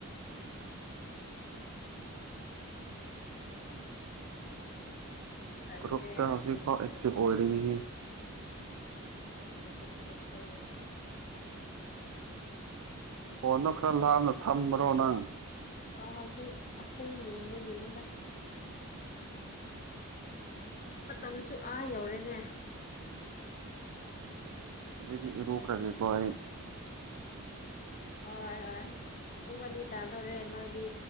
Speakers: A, on the left; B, on the right.
A: ꯇꯂꯦ
B: ꯒ꯭ꯔꯨꯞꯇ
A: ꯑꯗꯨ
B: ꯍꯧꯖꯤꯛꯐꯥꯎ
A: ꯍꯒꯁꯨ
B: ꯑꯦꯛꯇꯤꯚ ꯑꯣꯏꯔꯤꯅꯤꯍꯦ
A: ꯃ ꯐ
B: ꯍꯣꯟꯅ ꯈꯔ ꯂꯥꯞꯅ ꯊꯝꯕ꯭ꯔꯣ ꯅꯪ
A: ꯑꯣ ꯍꯧꯖꯤꯛ ꯄꯨꯡ ꯌꯦꯡꯕꯒꯤꯅꯤꯗ ꯃꯇꯝꯁꯨ ꯑꯥ ꯌꯧꯔꯦꯅꯦ
B: ꯆꯗꯤ ꯔꯣꯈꯔꯒꯀ ꯍꯥꯏ
A: ꯍꯣꯏ ꯍꯣꯏ ꯄꯨꯡ ꯑꯅꯤ ꯇꯥꯗꯧꯔꯦ ꯅꯣꯏꯗꯤ